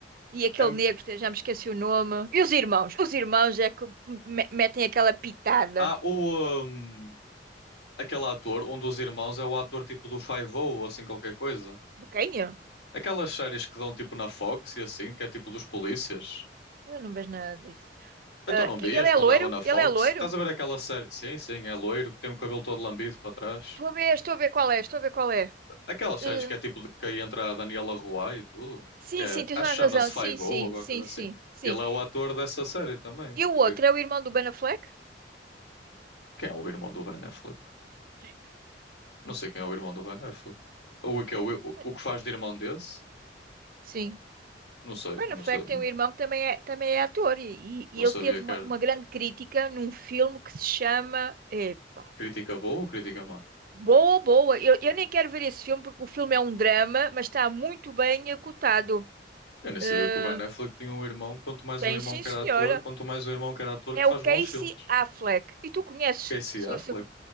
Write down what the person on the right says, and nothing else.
e aquele
negro, que já me esqueci o nome. E os irmãos? Os irmãos é que me- metem aquela pitada.
De quem é?
Eu não vejo nada disso.
Ah,
que-
ele é
loiro?
Ele é loiro?
Estou a ver, estou a ver qual é, estou a ver qual é.
Eh,
sim,
sim, tens
toda
a
razão.
Sim, sim,
sim,
sim, sim.
E o
outro é o irmão do Ben Affleck?
Ai, meu-
ai,
mas-
Sim.
Ben
Affleck
tem um irmão que também é, também é ator e, e- e
ele
teve
uma,
uma grande crítica num filme que se chama epá,
Boa, Boa. Eu, eu nem quero ver esse filme porque o filme é um drama, mas está muito bem acotado.
Eh,
tem
sim,
senhora.
É
o Casey
Affleck. E tu conheces,
se,
se,